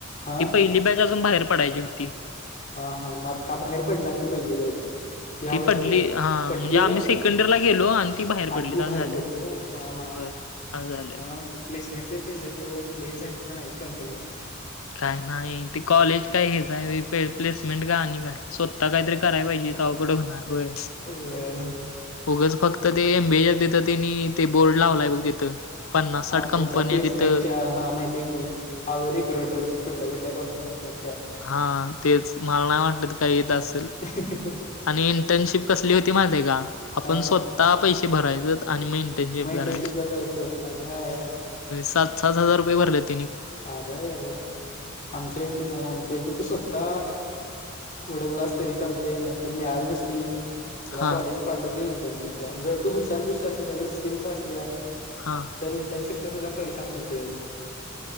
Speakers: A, on the left (about 40°); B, on the left (about 85°).
A: हा
B: ती पहिली बॅच अजून बाहेर पडायची होती.
A: हा हा म आता बाहेर पडणार ती पहिली बॅच. ह्या
B: ती
A: वर्षी
B: पडली हा
A: पडली
B: म्हणजे
A: व्हय
B: आम्ही सेकंड इयर ला गेलो आणि ती बाहेर
A: आणि
B: पडली
A: ती
B: आस
A: बाहेर
B: झालय
A: पडली व्हय हा हा हा
B: होय. अस झालय.
A: मग प्लेसमेंट त्यांच्याली कोण प्लेस झाल्या तर नाहीत कंपनीत.
B: काय नाही ते कॉलेज काय हेच आहे प्लेसमेंट का आणि काय. स्वतः काहीतरी करायला पाहिजे तवा कुठं होणार वय.
A: व्हय.
B: उगच फक्त ते एमबीए देत त्यांनी ते बोर्ड लावलाय बघ तिथं. पन्नास
A: हा
B: साठ कंपन्या
A: त्यांच्या प्लेसमेंटच्या
B: तिथं
A: हा माहिती आहे की हा रिक्रुटर्स कुठल्या कुठल्या कं पण येतात त्या
B: हा तेच मला नाही वाटत काही येत असेल.
A: <inaudible>
B: आणि इंटर्नशिप कसली होती माझे का
A: हा
B: आपण स्वतः पैसे भरायच आणि मग इंटर्नशिप
A: मग इंटर्नशिपला
B: करायची.
A: जायचं अ.
B: सात सात हजार रुपये भरलेत.
A: अरेरर आमच्या इकडे नाही आमच्या इथ तू स्वत्ता. ड क्लास तरी चालते नाहीतर मिळाल नही. तुला
B: हा
A: कॉलेज पाठवते इंटर्नशिपला जर तू हुशार बिशार तुझ्याकडे स्किल्स असल्या.
B: हा.
A: तर इंटर्नशिपचा सुद्धा पैसा मिळतोयच